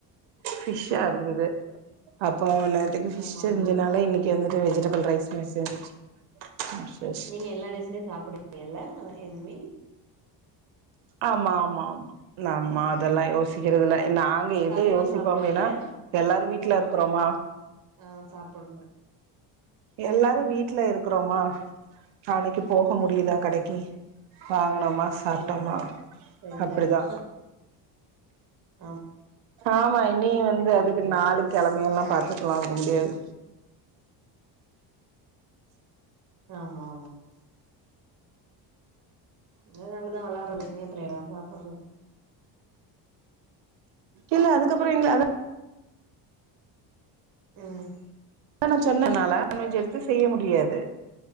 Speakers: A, on the right; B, on the right.
A: ஃபிஷ்ஷா இருந்தது
B: ம்
A: அப்ப நேத்துக்கு ஃபிஷ்
B: ஆமா
A: செஞ்சனால
B: நீ
A: இன்னிக் கு வந்துட்டு வெஜிடபிள் ரைஸுமே சென்ஜிச்சி ஆ செ
B: நீங்க எல்லா டேஸ்ஸுமே சாப்புடுவீங்கல்ல என்வி
A: ஆமா ஆமா ஆமா நம்ம
B: ம்
A: அதெல்லா யோசிக்கிறதுல்ல நாங்க எத
B: சண்டேவு
A: யோசிப்போ
B: சாப்புடுவீங்க
A: அப்டின்னா எல்லார் வீட்ல
B: ம்
A: இருக்கறோமா
B: ஆ சாப்புட்னு
A: எல்லாரு வீட்ல இருக்குறோமா
B: ஓகே ஓகே
A: நாளைக்கு போக முடியுதா
B: ம் ம்
A: கடைக்கு வாங்கனோமா சாப்ட்டோமா
B: ம் செஞ்சர்லா
A: அப்டிதா
B: ஆமா
A: ஆமா இனியு வந்து அதுக் இது நாளு கெழமை எல்லா பாத்துட்டுல்லா இருக்க முடியாது
B: ஆமா ஆமா அதுனால தா வெளையாட்றோ இல்ல இங்க அப்றோ எடோ சாப்புறீ
A: இல்ல அதுக்கப்றோ எங்கள அத
B: ம்
A: அ நா சொன்னனால நான்வெஜ் எடுத்து செய்ய முடியாது